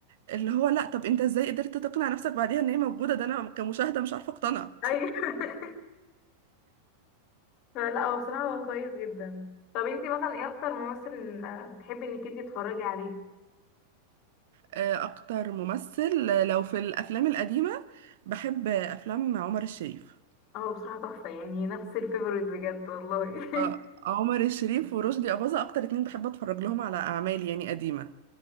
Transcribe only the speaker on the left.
ايوه <laughs> فلا هو بصراحه هو كويس جدا طب انتي مثلا ايه اكتر ممثل آه، بتحبي انك انتي تتفرجي عليه
اه بصراحه تحفه يعني نفس الفيفوريت بجد والله <laughs>